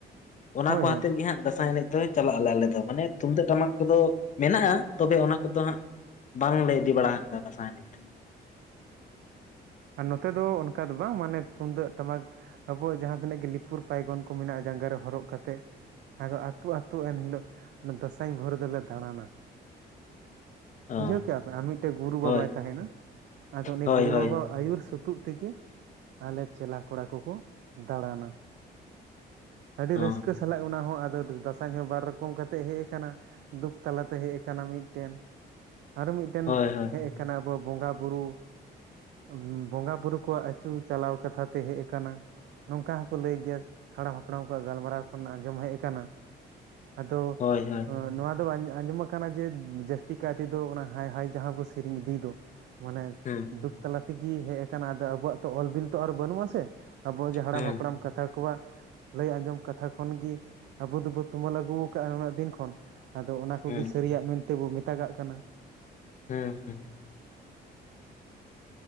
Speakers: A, on the left (about 45°); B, on the right (about 75°).
A: ᱚᱱᱟ
B: ᱦᱳᱭ
A: ᱠᱚ
B: ᱦᱳᱭ
A: ᱦᱟᱛᱮᱫ ᱜᱮ ᱦᱟᱸᱜ ᱫᱟᱥᱟᱸᱭ ᱮᱱᱮᱡ ᱫᱚ ᱪᱟᱞᱟᱜ ᱟᱞᱮ ᱟᱞᱮ ᱫᱚ ᱢᱟᱱᱮ ᱛᱩᱢᱫᱟᱹᱜ ᱴᱟᱢᱟᱠ ᱠᱚᱫᱚ ᱢᱮᱱᱟᱜᱼᱟ ᱛᱚᱵᱮ ᱚᱱᱟ ᱠᱚᱫᱚ ᱦᱟᱸᱜ ᱵᱟᱝᱞᱮ ᱤᱫᱤ ᱵᱟᱲᱟ ᱠᱟᱫᱟ ᱫᱟᱥᱟᱸᱭ ᱱᱤᱛ
B: ᱟᱨ ᱱᱚᱛᱮ ᱫᱚ ᱚᱱᱠᱟ ᱫᱚ ᱵᱟᱝ ᱢᱟᱱᱮ ᱛᱩᱢᱫᱟᱹᱜ ᱴᱟᱢᱟᱠ ᱟᱵᱚᱣᱟᱜ ᱡᱟᱦᱟᱸ ᱛᱤᱱᱟᱹᱜ ᱜᱮ ᱞᱤᱯᱩᱨ ᱯᱟᱭᱜᱚᱱ ᱠᱚ ᱢᱮᱱᱟᱜᱼᱟ ᱡᱟᱸᱜᱟ ᱨᱮ ᱦᱚᱨᱚᱜ ᱠᱟᱛᱮᱫᱼᱼ ᱟᱫᱚ ᱟᱹᱛᱩ ᱟᱹᱛᱩ ᱮᱱᱦᱤᱞᱚᱜ ᱫᱟᱥᱟᱸᱭ ᱵᱷᱩᱨ ᱫᱚᱞᱮ ᱫᱟᱲᱟᱱᱟ। ᱵᱩᱡᱷᱟᱹᱣ
A: ᱚ
B: ᱠᱮᱜ ᱟᱯᱮ ᱟᱨ ᱢᱤᱫᱴᱮᱡ ᱜᱩᱨᱩ ᱵᱟᱵᱟᱭ
A: ᱦᱳᱭ
B: ᱛᱟᱦᱮᱱᱟ ᱟᱫᱚ ᱩᱱᱤ
A: ᱦᱳᱭ
B: ᱜᱩᱨᱩ
A: ᱦᱳᱭ
B: ᱵᱟᱵᱟ ᱟᱹᱭᱩᱨ ᱥᱟᱹᱛᱩᱜ ᱛᱮᱜᱮ ᱟᱞᱮ ᱪᱮᱞᱟ ᱠᱚᱲᱟ ᱠᱚᱠᱚ ᱫᱟᱲᱟᱱᱟ ᱟᱹᱰᱤ
A: ᱚ
B: ᱨᱟᱹᱥᱠᱟᱹᱼᱼ ᱥᱟᱞᱟᱜ ᱚᱱᱟ ᱦᱚᱸ ᱟᱫᱚ ᱫᱟᱥᱟᱸᱭ ᱦᱚᱸ ᱵᱟᱨ ᱨᱚᱠᱚᱢ ᱠᱟᱛᱮᱫ ᱦᱮᱡ ᱟᱠᱟᱱᱟ ᱫᱩᱠ ᱛᱟᱞᱟ ᱛᱮ ᱦᱮᱡ ᱟᱠᱟᱱᱟ ᱢᱤᱫᱴᱮᱱ ᱟᱨᱚ ᱢᱤᱫᱴᱟᱝ
A: ᱦᱳᱭ ᱦᱳᱭ
B: ᱦᱮᱡ ᱟᱠᱟᱱᱟ ᱟᱵᱚ ᱵᱚᱸᱜᱟᱼᱵᱩᱨᱩ ᱩᱸ ᱵᱚᱸᱜᱟ ᱵᱩᱨᱩ ᱠᱚᱣᱟᱜ ᱟᱹᱪᱩ ᱪᱟᱞᱟᱣ ᱠᱟᱛᱷᱟ ᱛᱮ ᱦᱮᱡ ᱟᱠᱟᱱᱟᱼᱼ ᱱᱚᱝᱠᱟ ᱦᱚᱸᱠᱚ ᱞᱟᱹᱭ ᱜᱮᱭᱟ ᱦᱟᱲᱟᱢ ᱦᱟᱯᱲᱟᱢ ᱠᱚᱣᱟᱜ ᱜᱟᱞᱢᱟᱨᱟᱣ ᱠᱷᱚᱱ ᱟᱡᱚᱢ ᱦᱮᱡ ᱟᱠᱟᱱᱟ ᱟᱫᱚ
A: ᱦᱳᱭ ᱦᱳᱭ
B: ᱱᱚᱣᱟ ᱫᱚ ᱟᱸᱡᱚᱢ ᱟᱠᱟᱱᱟ ᱡᱮ ᱡᱟᱹᱥᱛᱤ ᱠᱟᱭ ᱛᱮᱫᱚ ᱚᱱᱟ ᱦᱟᱭ ᱦᱟᱭ ᱡᱟᱦᱟᱸ ᱵᱚ ᱥᱮᱨᱮᱧ ᱤᱫᱤᱭ ᱫᱚ ᱢᱟᱱᱮ
A: ᱦᱩᱸ
B: ᱫᱩᱠ ᱛᱟᱞᱟ ᱛᱮᱜᱮ ᱦᱮᱡ ᱟᱠᱟᱱᱟ ᱟᱫᱚ ᱟᱵᱚᱣᱟᱜ ᱛᱚ ᱚᱞ ᱵᱤᱞ ᱛᱚ ᱟᱨ ᱵᱟᱹᱱᱩᱜ ᱟ ᱥᱮ ᱟᱵᱚᱣᱟᱜ ᱡᱮ ᱦᱟᱲᱟᱢ
A: ᱦᱩᱸ
B: ᱦᱟᱯᱲᱟᱢ ᱠᱟᱛᱷᱟ ᱠᱚᱣᱟᱜ ᱞᱟᱹᱭ ᱟᱸᱡᱚᱢ ᱠᱟᱛᱷᱟ ᱠᱷᱚᱱᱜᱮ ᱟᱵᱚ ᱫᱚᱵᱚ ᱛᱩᱢᱟᱹᱞ ᱟᱹᱜᱩ ᱠᱟᱜᱼᱟ ᱩᱱᱟᱹᱜ ᱫᱤᱱ ᱠᱷᱚᱱ ᱟᱫᱚ ᱚᱱᱟ ᱠᱚᱜᱮ
A: ᱦᱩᱸ
B: ᱥᱟᱹᱨᱤᱭᱟᱜ ᱢᱮᱱᱛᱮᱵᱚ ᱢᱮᱛᱟᱜᱟᱜ ᱠᱟᱱᱟ
A: ᱦᱮᱸ ᱦᱮᱸ